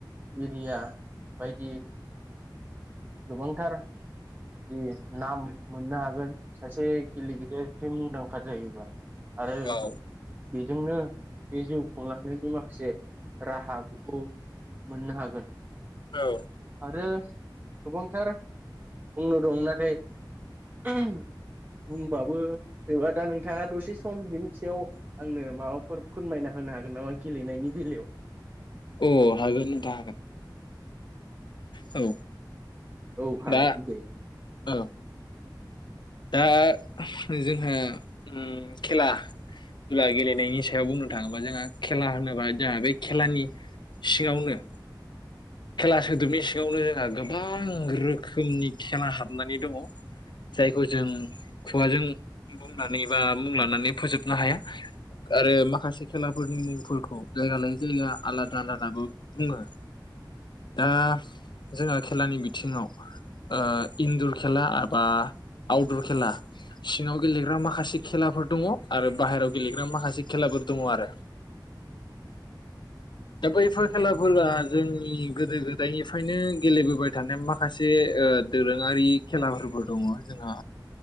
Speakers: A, on the right (about 25°); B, on the left (about 70°).
A: एरिया बायदि गोबांथार जि नाम मोननो हागोन सासे गेलेगिरिया बिदि मुंदां खा जायोबा आरो
B: औ
A: बि जोंनो बे जिउ खुंलांनायनि माखासे राहा बिखौ मोननो हागोन
B: औ
A: आरो गोबांथार बुंनो दं नाथाय बुंबाबो जोबा दा नोंथाङा दसे सम बिनि सायाव आंनो माबाफोर फोरमायना होनो हागोन नामा गेलेनायनि बेलायाव?
B: औ हागोन नोंथां हागोन औ
A: औ हागोन
B: दा
A: दे
B: औ दा जोंहा उम खेला दुला गेलेनायनि सायाव बुंनो थाङोबा जोंहा खेला होनोबा जोंहा बे खेलानि सिङावनो खेला सोदोबनि सिङावनो जोंहा गोबां रोखोमनि खेला हाबनानै दङ जायखौ जों खुगाजों बुंनानै बा मुं लानानै फोजोबनो हाया आरो माखासे खेलाफोरनि मुंफोरखौ जायगा लाय जायगा आलादा आलादाबो बुङो । दा जोंहा खेलानि बिथिङाव ओ इनदर खेला बा आउटदर खेला सिङाव गेलेग्रा माखासे खेलाफोर दङ आरो बाहेरायाव गेलेग्रा माखासे खेलाफोर दङ आरो दा बैफोर खेलाफोरा जोंनि गोदो गोदायनिफ्रायनो गेलेबोबाय थानाय माखासे ओ दोरोङारि खेलाफोरबो दङ जोंहा